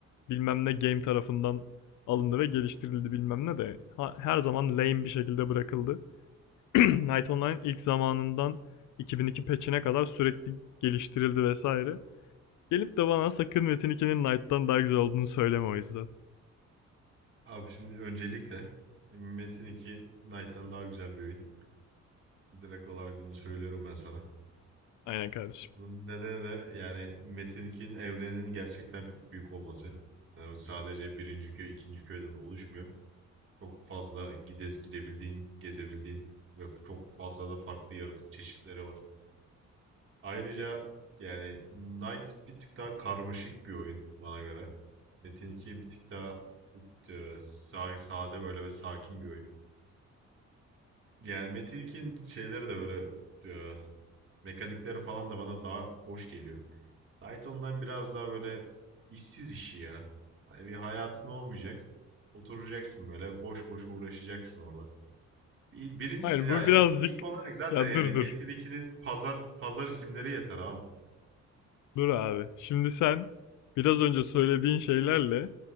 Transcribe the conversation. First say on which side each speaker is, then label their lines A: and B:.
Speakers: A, on the left; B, on the right.
A: bilmem ne game tarafından alındı ve geliştirildi bilmem ne de ha- her zaman lame bir şekilde bırakıldı. <clears throat> <laughs> Night Online ilk zamanından 2002 patch'ine kadar sürekli geliştirildi vesaire. Gelip de bana sakın Metin 2'nin Knight'tan daha güzel olduğunu söyleme o yüzden.
B: Abi şimdi öncelikle e, Metin 2 Knight'tan daha güzel bir oyun. Direkt olarak bunu söylüyorum ben sana.
A: Aynen kardeşim.
B: Bunun nedeni de yani Metin 2'nin evreninin gerçekten çok büyük olması. Yani sadece birinci köy, ikinci köyden oluşmuyor. Çok fazla gide, gidebildiğin, gezebildiğin ve çok fazla da farklı yaratık çeşitleri var. Ayrıca yani Knight bir tık daha karmaşık bir oyun bana göre. Metin 2 bir tık daha e, sade böyle ve sakin bir oyun. Yani Metin 2'nin şeyleri de öyle e, mekanikleri falan da bana daha hoş geliyor. Python'dan biraz daha böyle işsiz işi ya. Hani bir hayatın olmayacak. Oturacaksın böyle boş boş uğraşacaksın orada. Bir- Birincisi
A: Hayır
B: yani
A: bu birazcık
B: ilk olarak zaten
A: ya
B: yani
A: dur
B: Metin
A: dur
B: 2'nin pazar pazar isimleri yeter abi.
A: Dur abi. Şimdi sen biraz önce söylediğin şeylerle